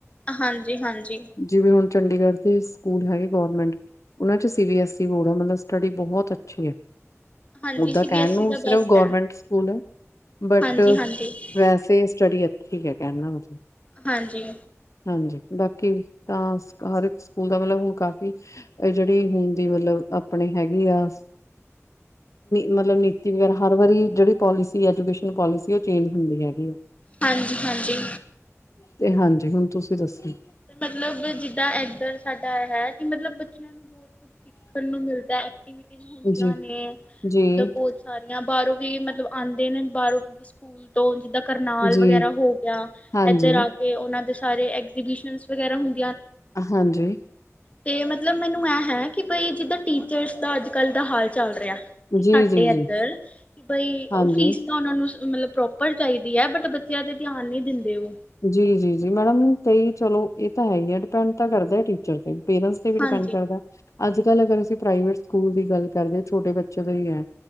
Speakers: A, on the left; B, on the left.
A: ਹਾਂਜੀ-ਹਾਂਜੀ।
B: ਜਿਵੇਂ ਹੁਣ ਚੰਡੀਗੜ੍ਹ ਦੇ ਸਕੂਲ ਹੈਗੇ ਗੋਰਮੈਂਟ, ਉਨ੍ਹਾਂ 'ਚ C B S E board ਆ, ਮਤਲਬ ਸਟੱਡੀ ਬਹੁਤ ਅੱਛੀ ਆ।
A: ਹਾਂਜੀ
B: ਓਦਾਂ
A: ਸੀ
B: ਕਹਿਣ
A: ਬੀ ਐੱਸ
B: ਨੂੰ
A: ਈ ਦਾ
B: ਸਿਰਫ
A: ਬੈਸਟ
B: ਗੌਰਮੈਂਟ
A: ਹੈ
B: ਸਕੂਲ ਹੈ, ਬਟ
A: ਹਾਂਜੀ ਹਾਂਜੀ
B: ਵੈਸੇ ਸਟੱਡੀ ਇ ਠੀਕ ਹੈ, ਕਹਿਣ ਦਾ ਮਤਲਬ
A: ਹਾਂਜੀ।
B: ਹਾਂਜੀ, ਬਾਕੀ ਤਾਂ ਹਰ ਸਕੂਲ ਦਾ ਮਤਲਬ ਹੁ ਕਾਫੀ ਜਿਹੜੀ ਹਣ ਦੀ ਮਤਲਬ ਆਪਣੇ ਹੈਗੀ ਆ, ਮਤਲਬ ਨੀਤੀ ਵਗੈਰਾ ਹਰ ਵਾਰੀ ਜਿਹੜੀ ਪੋਲਿਸੀ, ਐਜੂਕੇਸ਼ਨ ਪੋਲਿਸੀ, ਉਹ ਚੇਂਜ ਹੁੰਦੀ ਹੈਗੀ ਆ।
A: ਹਾਂਜੀ-ਹਾਂਜੀ।
B: ਤੇ ਹਾਂਜੀ ਹੁਣ ਤੁਸੀਂ ਦੱਸੋ।
A: ਤੇ ਮਤਲਬ ਜਿੱਦਾਂ ਇੱਧਰ ਸਾਡਾ ਹੈ। ਮਤਲਬ ਬੱਚਿਆਂ ਨੂੰ ਬਹੁਤ ਕੁ ਸਿੱਖਣ ਨੂੰ ਮਿਲਦਾ, ਐਕਟੀਵਿਟੀ ਹੁੰਦੀਆਂ
B: ਜੀ
A: ਨੇ
B: ਜੀ
A: ਮਤਲਬ ਬਹੁਤ ਸਾਰੀਆਂ ਬਾਹਰੋਂ ਵੀ ਮਤਲਬ ਆਉਂਦੇ ਨੇ, ਬਾਹਰੋਂ ਸਕੂਲ ਤੋਂ ਜਿੱਦਾਂ ਕਰਨਾਲ
B: ਜੀ
A: ਵਗੈਰਾ ਹੋ ਗਿਆ
B: ਹਾਂਜੀ
A: ਏਧਰ ਆ ਕੇ ਉਹਨਾਂ ਦੇ ਸਾਰੇ ਐਗਜ਼ੀਬਿਸ਼ਨ ਵਗੈਰਾ ਹੁੰ
B: ਹਾਂਜੀ।
A: ਤੇ ਮਤਲਬ ਮੈਨੂੰ ਇਹ ਹੈ ਕਿ, ਬਈ ਜਿੱਦਾਂ ਟੀਚਰਸ ਦਾ ਅੱਜ ਕੱਲ ਦਾ ਹਾਲ ਚੱਲ ਰਿਹਾ ਹੈ। ਕਿ
B: ਜੀ
A: ਸਾਡੇ
B: ਜੀ ਜੀ
A: ਇੱਧਰ ਬਈ
B: ਹਾਂਜੀ
A: ਫੀਸ ਤਾਂ ਉਹਨਾ ਨੂੰ। ਮਤਲਬ ਪ੍ਰੋਪਰ ਚਾਹੀਦੀ ਹੈ, ਬਟ ਬੱਚਿਆਂ 'ਤੇ ਧਿਆਨ ਨਹੀਂ ਦਿੰਦੇ ਉਹ।
B: ਜੀ, ਜੀ, ਜੀ, ਮੈਡਮ, ਕਈ ਚਲੋ ਇਹ ਤਾਂ ਹੈ ਹੀ ਹੈ ਡਿਪੈਂਡ ਤਾਂ ਕਰਦਾ ਟੀਚਰ ਤੇ। ਪੇਰੈਂਸ ਤੇ ਵੀ ਡਿਪੈਂਡ
A: ਹਾਂਜੀ
B: ਕਰਦਾ ਹੈ। ਅੱਜ ਕੱਲ੍ਹ ਅਗਰ ਅਸੀਂ ਪ੍ਰਵੇਟ ਸਕੂਲ ਦੀ ਗੱਲ ਕਰਦੇ ਹਾਂ ਛੋਟੇ ਬੱਚੇ ਤੋਂ ਹੀ ਹੈ।